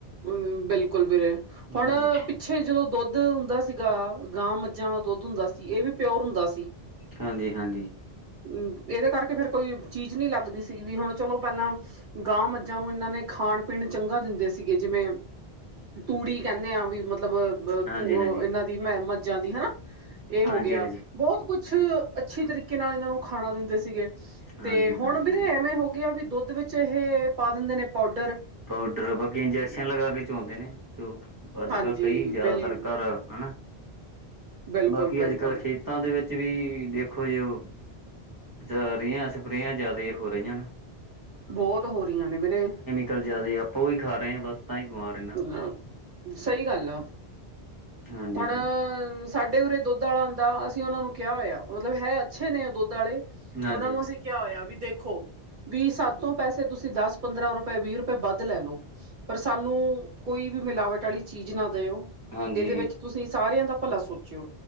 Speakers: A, on the right (about 50°); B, on the right (about 20°).
A: ਹੂੰ ਬਿਲਕੁਲ ਵੀਰੇ ਹੁਣ
B: ਹਾਂਜੀ।
A: ਪਿੱਛੇ ਜਦੋਂ ਦੁੱਧ ਹੁੰਦਾ ਸੀਗਾ ਗਾਂ ਮੱਝਾਂ ਦਾ ਦੁੱਧ ਹੁੰਦਾ ਸੀ ਇਹ ਵੀ ਪਿਓਰ ਹੁੰਦਾ ਸੀ।
B: ਹਾਂਜੀ ਹਾਂਜੀ
A: ਹਮ ਇਹਦੇ ਕਰਕੇ ਫੇਰ ਕੋਈ ਚੀਜ਼ ਨਹੀਂ ਲੱਗਦੀ ਸੀਗੀ ਵੀ ਹੁਣ ਚਲੋ ਪਹਿਲਾਂ ਗਾਂ, ਮੱਝਾਂ ਨੂੰ ਇਹਨਾਂ ਨੇ ਖਾਣ ਪੀਣ ਚੰਗਾ ਦਿੰਦੇ ਸੀਗੇ ਜਿਵੇਂ ਤੂੜੀ ਕਹਿੰਨੇ ਆ ਵੀ ਮਤਲਬ
B: ਹਾਂਜੀ-ਹਾਂਜੀ,
A: ਤੂੰ ਇਹਨਾਂ ਦੀ ਮੈਂ ਮੱਝਾਂ ਦੀ ਹਨਾ ਇਹ ਹੋ
B: ਹਾਂਜੀ-ਹਾਂਜੀ,
A: ਗਿਆ ਬਹੁਤ ਕੁਝ ਛ ਅੱਛੀ ਤਰੀਕੇ ਨਾਲ ਇਹਨਾਂ ਨੂੰ ਖਾਣਾ ਦਿੰਦੇ ਸੀਗੇ ਤੇ
B: ਹਾਂਜੀ-ਹਾਂਜੀ।
A: ਹੁਣ ਵੀਰੇ ਐਵੇਂ ਹੋ ਗਿਆ ਵੀ ਦੁੱਧ ਵਿੱਚ ਇਹ ਪਾ ਦਿੰਦੇ ਨੇ ਪਾਊਡਰ
B: ਪਾਊਡਰ ਬਾਕੀ ਇੰਜੈਕਸ਼ਨ ਲਗਾ ਕੇ ਚਉਂਦੇ ਨੇ ਦੁ ਅੱਜ
A: ਹਾਂਜੀ
B: ਕੱਲ ਕਈ ਜਿਆਦਾਤਰ
A: ਬਿਲ
B: ਘਰ ਹਨਾ
A: ਬਿਲਕੁਲ
B: ਬਾਕੀ
A: ਬਿਲਕੁਲ
B: ਅੱਜ ਕੱਲ੍ਹ ਖੇਤਾਂ ਦੇ ਵਿੱਚ ਵੀ ਦੇਖੋ ਯੋ ਸਾਰੀਆਂ ਸਪਰੇਆਂ ਜਿਆਦਾ ਈ ਹੋ ਰਹੀਆਂ ਨੇ।
A: ਬੋਤ ਹੋ ਰਹੀਆਂ ਨੇ ਵੀਰੇ
B: ਕਲ ਜਿਆਦੇ ਆਪਾਂ ਵੀ ਖਾ ਰੇ ਆਂ ਬਸ ਤਾਂਹੀ ਬਮਾਰ ਪੈਂ
A: ਅ ਸਹੀ ਗੱਲ ਆ
B: ਹਾਂਜੀ-ਹਾਂਜੀ,
A: ਹੁਣ ਸਾਡੇ ਉਰੇ ਦੁੱਧ ਆਲਾ ਆਂਦਾ ਵਾਂ, ਅਸੀਂ ਉਹਨਾਂ ਨੂੰ ਕਿਹਾ ਹੋਇਆ ਮਤਲਬ ਹੈ ਅੱਛੇ ਨੇ ਉਹ ਦੁੱਧ ਆਲੇ,
B: ਹਾਂਜੀ।
A: ਉਹਨਾਂ ਨੂੰ ਅਸੀਂ ਕਿਆ ਹੋਇਆ ਵੀ ਦੇਖੋ ਵੀ ਸੱਤੋਂ ਪੈਸੇ ਤੁਸੀਂ ਦਸ ਪੰਦਰਾਂ ਰੁਪਏ ਵੀਹ ਰੁਪਏ ਵੱਧ ਲੈ ਲੋ ਪਰ ਸਾਨੂੰ ਕੋਈ ਵੀ ਮਿਲਾਵਟ ਆਲੀ ਚੀਜ਼ ਨਾ ਦਿਓ,
B: ਹਾਂਜੀ,
A: ਇਹਦੇ ਵਿੱਚ ਤੁਸੀਂ ਸਾਰਿਆਂ ਦਾ ਭਲਾ ਸੋਚਿਓ,